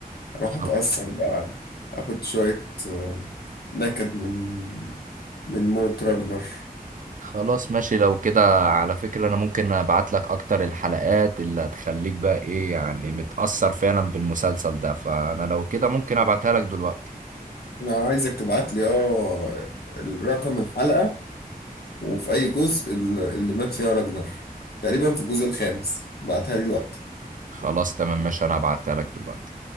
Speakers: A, on the left; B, on the right.
A: اروح
B: خل-
A: اتأثر بقى اخد شوية آه، نكد من من موت راجنر
B: خلاص ماشي لو كده على فكرة أنا ممكن أبعت لك أكتر الحلقات اللي هتخليك بقى إيه يعني متأثر فعلا بالمسلسل ده فأنا لو كده ممكن أبعتها لك دلوقتي
A: انا عايزك تبعت لي اه الرقم الحلقة وفي اي جزء ال- اللي مات فيها راجنر تقريبا في الجزء الخامس بعتها لي الوقت
B: خلاص تمام ماشي أنا هبعتها لك دلوقتي